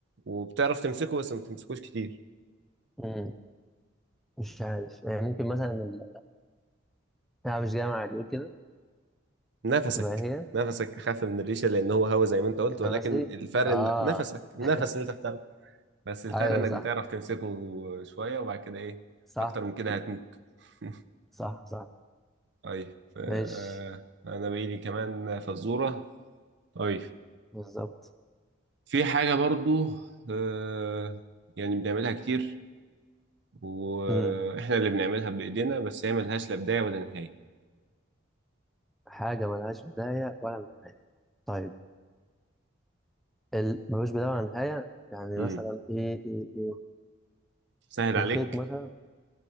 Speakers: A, on the right (about 55°); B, in the centre.
A: وبتعرف تمسكه بس ما بتمسكوش كتير
B: مم. مش عارف يعني ممكن مثلا ال... أنا مش جامعة يقول كده
A: نفسك
B: تبقى هي
A: نفسك اخف من الريشة لان هو هوا زي ما انت قلت ولكن
B: نفسي
A: الفرق
B: آه
A: إن- نفسك النفس
B: <laughs>
A: اللي انت بتاخده بس الفرق
B: أيوه
A: انك
B: صح
A: بتعرف تمسكه شوية وبعد كده ايه
B: صح
A: اكتر من كده هتموت <laughs>
B: صح صح
A: طيب آه،
B: ماشي
A: انا بقيلي كمان فزورة طيب
B: بالظبط
A: في حاجة برضو آه، يعني بنعملها كتير واحنا
B: امم
A: اللي بنعملها بايدينا بس هي ملهاش لا بداية ولا نهاية
B: حاجة ملهاش بداية ولا نهاية طيب ال... ملوش بداية ولا نهاية يعني
A: امم
B: مثلا إيه إيه إيه
A: سهل عليك
B: الخيط مثلا